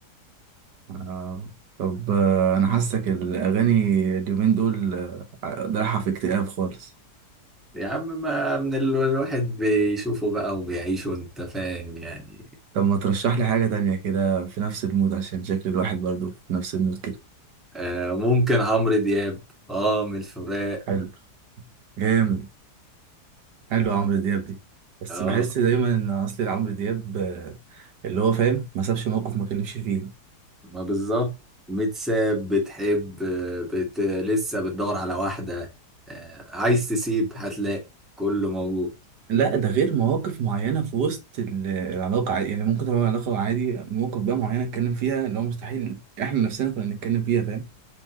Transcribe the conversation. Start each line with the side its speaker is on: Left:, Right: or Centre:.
Right: آه. طب آه، أنا حاسك الأغاني اليومين دول آه، رايحة في اكتئاب خالص
Centre: يا عم ما من ال- الواحد بيشوفه بقى وبيعيشه انت فاهم يعني
Right: طب ما ترشح لي حاجة تانية كده في نفس المود عشان شكل الواحد برضه في نفس المود كده
Centre: آه ممكن عمرو دياب اه من الفراق
Right: حلو جامد حلو عمرو دياب دي بس
Centre: اه
Right: بحس دايما ان اصلي عمرو دياب آه، اللي هو فاهم ما سابش موقف ما كلمش فيه
Centre: ما بالظبط متساب بتحب آه، بت... لسه بتدور على واحدة آه عايز تسيب هتلاقي كله موجود
Right: لا ده غير مواقف معينه في وسط ال- العلاقه عادي. يعني ممكن تبقى علاقه عادي مواقف بقى معينه اتكلم فيها اللي هو مستحيل احنا نفسنا كنا نتكلم فيها فاهم